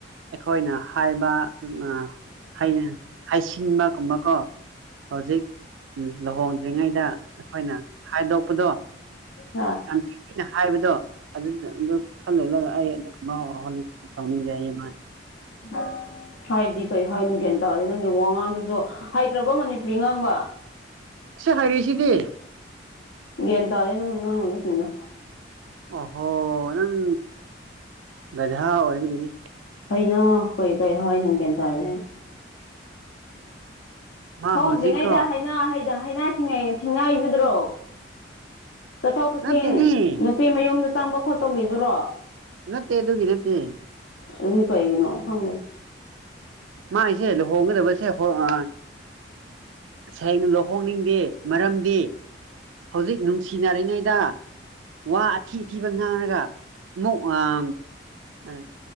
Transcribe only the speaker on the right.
ꯑꯩꯈꯣꯏꯅ ꯍꯥꯏꯕ ꯑ ꯍꯩꯅ ꯍꯩꯁꯤꯟꯕ ꯒꯨꯝꯕ ꯀꯣ ꯍꯧꯖꯤꯛ ꯂ ꯂꯨꯍꯣꯡꯗ꯭ꯔꯤꯉꯩꯗ ꯑꯩꯈꯣꯏꯅ ꯍꯥꯏꯗꯣꯛꯄꯗꯣ
<unintelligible> ꯑꯩꯅ ꯍꯥꯏꯕꯗꯣ ꯑꯗꯨꯗ ꯑꯗꯨ ꯈꯜꯂꯨꯂꯒ ꯑꯩ ꯑꯗꯨꯒꯨꯝꯕ ꯍꯧꯅꯤꯛ ꯇꯧꯅꯤꯡꯗꯦ ꯍꯥꯏꯌꯦ ꯃꯥꯅ
ꯁꯤ ꯍꯩꯔꯤꯁꯤꯗꯤ
ꯑꯣꯍꯣ ꯅꯪ ꯒꯙꯥ ꯑꯣꯏꯕꯒꯤꯅꯤ
ꯃꯥ
ꯍꯧꯖꯤꯛꯀꯣ
ꯅꯠꯇꯦꯅꯦ
ꯅꯠꯇꯦ ꯑꯗꯨꯒꯤ ꯅꯠꯇꯦ
ꯃꯥꯏꯁꯦ ꯂꯨꯍꯣꯡꯒꯗꯕꯁꯦ ꯍꯣ ꯑ ꯁꯦꯡꯅ ꯂꯨꯍꯣꯡꯅꯤꯡꯗꯦ ꯃꯔꯝꯗꯤ ꯍꯧꯖꯤꯛ ꯅꯨꯡꯁꯤꯅꯔꯤꯉꯩꯗ ꯋꯥ ꯑꯊꯤ ꯑꯊꯤꯕ ꯉꯥꯡꯔꯒ ꯑꯃꯨꯛ ꯑꯥ ꯑ